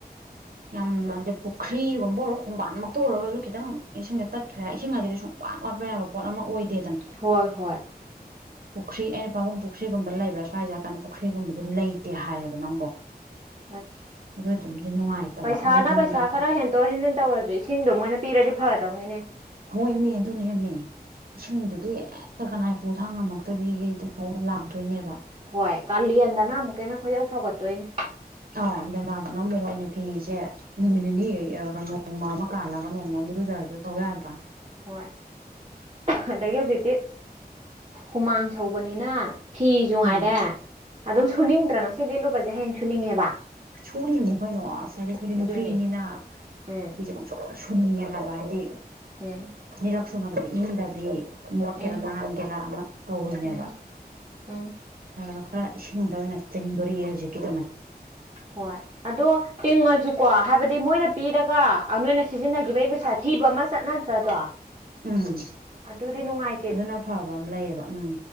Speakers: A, on the right (about 65°); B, on the right (about 30°).
A: ꯌꯥꯝꯅ ꯍꯥꯏꯗꯤ ꯄꯨꯈ꯭ꯔꯤꯒꯨꯝꯕ ꯑꯣꯏꯔꯣ ꯈꯣꯡꯕꯥꯟꯃꯛꯇ ꯑꯣꯏꯔꯒꯁꯨ ꯈꯤꯇꯪ ꯏꯁꯤꯡꯁꯦ ꯇꯠꯈ꯭ꯔꯦ ꯏꯁꯤꯡ ꯍꯥꯏꯁꯤꯗꯤ ꯁꯨꯡ ꯋꯥꯠ ꯋꯥꯠꯄ ꯌꯥꯕ ꯄꯣꯠ ꯑꯃ ꯑꯣꯏꯗꯦ
B: ꯍꯣꯏ ꯍꯣꯏ
A: ꯄꯨꯈ꯭ꯔꯤ ꯑꯩꯅ ꯄꯥꯕꯨꯡ ꯄꯨꯈ꯭ꯔꯤꯒꯨꯝꯕ ꯂꯩꯕ꯭ꯔꯥ ꯁ꯭ꯋꯥꯏꯖ ꯍꯥꯏꯔ ꯀꯥꯟꯗ ꯄꯨꯈ꯭ꯔꯤꯒꯨꯝꯕꯗꯤ ꯂꯩꯇꯦ ꯍꯥꯏꯌꯦꯕ ꯅꯪꯕꯣ
B: ꯑꯁ
A: ꯑꯗꯨꯏꯗꯨꯝꯗꯤ ꯅꯨꯡꯉꯥꯏꯇꯕ
B: ꯄꯩꯁꯥꯅ
A: ꯑꯩꯈꯣꯏ ꯔꯨꯝ
B: ꯄꯩꯁꯥ
A: ꯀꯩꯀꯥ
B: ꯈꯔ ꯍꯦꯟꯇꯣꯛ ꯍꯦꯟꯖꯤꯟ ꯇꯧꯔꯁꯨ ꯏꯁꯤꯡꯗꯣ ꯃꯣꯏꯅ ꯄꯤꯔꯗꯤ ꯐꯗꯧꯅꯤꯅꯦ
A: ꯍꯣꯏ ꯃꯤ ꯑꯗꯨꯅꯦꯃꯦ ꯏꯁꯤꯡꯗꯨꯗꯤ ꯍꯦꯛꯇ ꯀꯅꯥꯏ ꯄꯨꯊꯥꯡꯉꯝꯃꯛꯇꯕꯤꯒꯤ ꯃꯑꯣꯗ ꯂꯥꯛꯇꯣꯏꯅꯦꯕ
B: ꯍꯣꯏ ꯀꯥꯂꯦꯟꯗꯅ ꯑꯃꯨꯛꯀꯦꯅ ꯈꯣꯏꯌꯧ ꯁꯧꯒꯠꯇꯣꯏꯅꯤ
A: ꯑꯥꯎ ꯏꯟꯗꯗꯥꯗꯅ ꯑꯃꯨꯛ ꯃꯣꯏꯅ ꯐꯤꯁꯦ ꯅꯨꯃꯤꯠ ꯅꯤꯅꯤ ꯑ ꯅꯣꯡꯃ ꯑꯃ ꯀꯥꯜꯂꯒ ꯅꯣꯡꯃ ꯖꯔ ꯇꯧꯋ ꯌꯥꯔ
B: ꯍꯣꯏ ꯑꯗꯗꯒꯤ ꯍꯧꯖꯤꯛꯇꯤ ꯍꯨꯃꯥꯡ ꯁꯧꯕꯅꯤꯅ ꯐꯤꯁꯨ
A: ꯎꯝ
B: ꯉꯥꯏꯔꯦ ꯑꯗꯨꯝ ꯁꯨꯅꯤꯡꯗ꯭ꯔꯥ ꯉꯁꯤꯗꯤ ꯂꯨꯕꯁꯦ ꯍꯌꯦꯡ ꯁꯨꯅꯤꯡꯉꯦꯕ
A: ꯁꯨꯔꯤꯅꯤ ꯀꯩꯅꯣ ꯉꯁꯥꯏꯒꯤ ꯑꯩꯈꯣꯏꯗꯤ ꯅꯨꯄꯤꯅꯤꯅ
B: ꯑꯗꯨꯅꯤ ꯎꯝ
A: ꯏꯖꯝ ꯆ ꯁꯅꯤꯡꯉꯦ ꯍꯥꯏꯕ ꯍꯥꯏꯗꯤ
B: ꯍꯝ
A: ꯅꯤꯔꯛ ꯁꯨꯅꯕꯗ ꯏꯪꯗꯕꯤ ꯃꯣꯠꯀꯦꯔꯥ
B: ꯎꯝ
A: ꯅꯥꯟꯒꯦꯔꯥ ꯑꯃ ꯇꯧꯋꯅꯦꯕ
B: ꯎꯝ ꯎꯝ
A: ꯑ ꯈꯔ ꯏꯁꯤꯡꯗ ꯑꯣꯏꯅ ꯆꯪꯗꯣꯔꯤꯌꯦ ꯍꯧꯖꯤꯛꯀꯤꯗꯨꯅ
B: ꯍꯣꯏ ꯑꯗꯣ ꯇꯤꯡꯉꯁꯨꯀꯣ ꯍꯥꯏꯕꯗꯤ ꯃꯣꯏꯅ ꯄꯤꯔꯒ ꯑ ꯅꯣꯏꯅ ꯁꯤꯖꯤꯟꯅꯈꯤꯕꯒꯤ ꯄꯩꯁꯥ ꯊꯤꯕ ꯑꯃ ꯆꯠꯅꯗ꯭ꯔꯗꯣ
A: ꯎꯝ
B: ꯑꯗꯨꯗꯤ ꯅꯨꯡꯉꯥꯏ
A: ꯑꯗꯨꯅ ꯐꯕ ꯑꯝ ꯂꯩꯌꯦꯕ ꯎꯝ